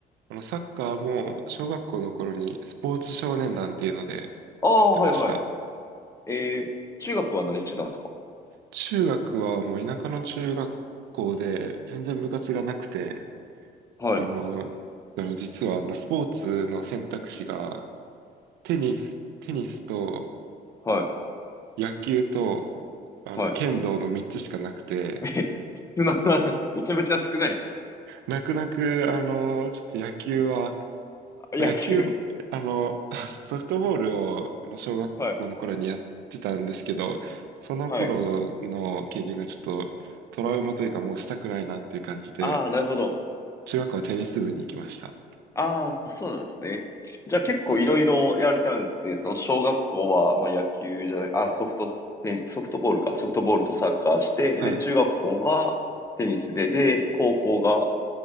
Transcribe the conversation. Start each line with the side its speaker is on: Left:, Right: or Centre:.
Right: あの、サッカーも小学校の頃にスポーツ少年団っていうのでやってました。
Left: ああ、はいはい。えー、中学は何してたんですか
Right: 中学はもう田舎の中学校で全然部活がなくて、
Left: はい、
Right: あの、あの実はあのスポーツの選択肢がテニス、テニスと
Left: はい、
Right: 野球とあの剣道の3つしかなくて、
Left: はい。え、<laughs> 少な、<laughs> めちゃめちゃ少ないです。
Right: 泣く泣く、あの、ちょっと野球は、
Left: 野球。
Right: まあ、野球、あの、あソフトボールをあの小学校の頃にやってたんですけど、
Left: はい、
Right: その頃の経験がちょっとトラウマというかもうしたくないなっていう感じで、
Left: はい。ああ、なるほど。
Right: 中学校はテニス部に行きました。
Left: ああ、そうなんですね。じゃあ結構いろいろやられたんですね。その小学校は、まあ、野球じゃない、あ、ソフトテニ、ソフトボールか、ソフトボールとサッカーして、
Right: はい。
Left: で、中学校がテニスで、で、高校が